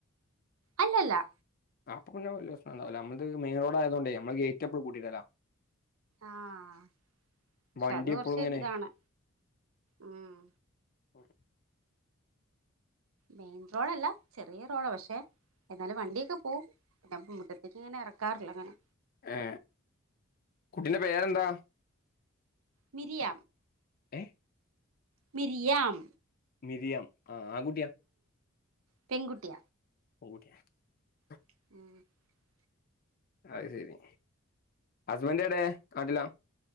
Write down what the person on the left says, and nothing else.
അപ്പൊ വലിയ മെയിൻ റോഡ് ആയത് കൊണ്ടേ നമ്മള് ഗേറ്റപ്പും പൂട്ടിടില
വണ്ടി
എപ്പളും ഇങ്ങനെ
പറ
ഏ കുട്ടീന്റെ പേരെന്താ
ഏ
മിരിയാം ആ ആൺകുട്ടിയാ
<unintelligible>
അത് ശെരി ഹസ്ബൻഡ് എവിടെ നാട്ടില